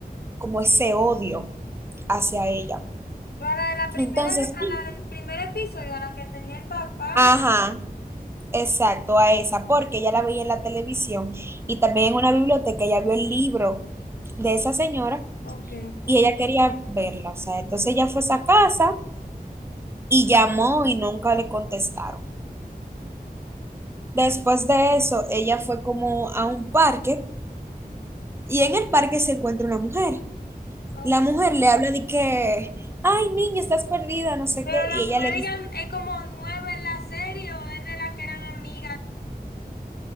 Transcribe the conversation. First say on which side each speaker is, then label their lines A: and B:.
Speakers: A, on the right (about 15°); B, on the left (about 85°).
A: como ese odio hacia ella.
B: Para la primera,
A: Entonces,
B: a la del primer episodio, a la que tenía el papá.
A: ajá, exacto, a esa, porque ella la veía en la televisión y también en una biblioteca, ella vio el libro de esa señora
B: Ok,
A: y ella quería verla, o sea, entonces ella fue a esa casa y llamó y nunca le contestaron. Después de eso, ella fue como a un parque y en el parque se encuentra una mujer.
B: ok.
A: La mujer le habla de que, ay, niña, estás perdida, no sé
B: Pero
A: qué,
B: las
A: y
B: mujeres
A: ella le dice,
B: eran- es como nueve en la serie o es de las que eran amigas